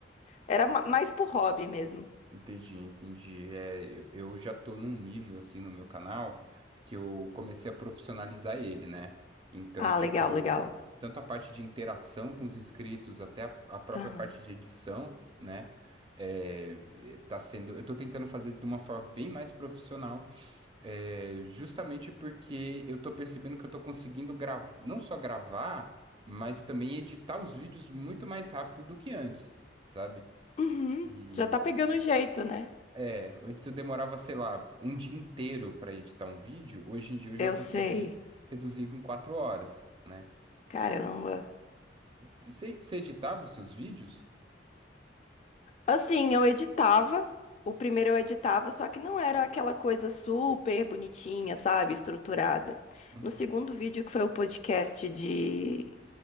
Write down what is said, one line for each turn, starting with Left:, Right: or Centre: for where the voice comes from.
Left: Era ma- mais por hobby mesmo.
Right: Entendi, entendi. É, eu, eu já tô num nível assim no meu canal que eu comecei a profissionalizar ele, né? Então,
Left: Ah,
Right: tipo,
Left: legal, legal.
Right: tanto a parte de interação com os inscritos até a, a própria
Left: Aham.
Right: parte de edição, né? É, eh, tá sendo, eu tô tentando fazer de uma forma bem mais profissional, é, justamente porque eu tô percebendo que eu tô conseguindo gravar, não só gravar, mas também editar os vídeos muito mais rápido do que antes, sabe?
Left: Uhum.
Right: E
Left: Já tá pegando jeito, né?
Right: é, antes eu demorava, sei lá, um dia inteiro para editar um vídeo, hoje em dia eu já
Left: Eu
Right: consegui
Left: sei.
Right: reduzir em quatro horas, né?
Left: Caramba.
Right: E Você você editava os seus vídeos?
Left: Assim, eu editava. O primeiro eu editava, só que não era aquela coisa super bonitinha, sabe? Estruturada.
Right: Uhum,
Left: No segundo vídeo, que foi o podcast de.